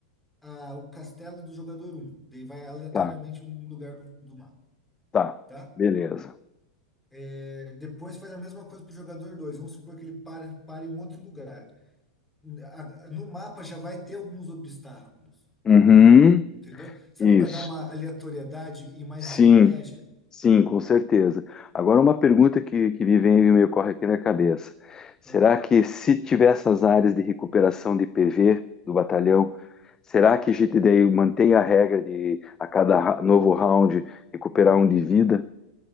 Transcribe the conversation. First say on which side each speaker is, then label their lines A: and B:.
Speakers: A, in the centre; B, on the left (about 20°).
A: a, o castelo do jogador um? Daí vai aleatoriamente
B: tá,
A: um lugar do, do mapa.
B: tá.
A: tá?
B: Beleza.
A: É, depois faz a mesma coisa para o jogador dois Vamos supor que ele para, para em um outro lugar. A- No mapa já vai ter alguns obstáculos,
B: Uhum.
A: entendeu? Sabe
B: Isso.
A: para dar uma aleatoriedade e mais
B: Sim,
A: estratégia?
B: sim, com certeza. Agora, uma pergunta que, que me vem e me ocorre aqui na cabeça. Será
A: Ah.
B: que se tiver essas áreas de recuperação de PV do batalhão, será que a gente daí mantém a regra de a cada ra- novo round recuperar um de vida?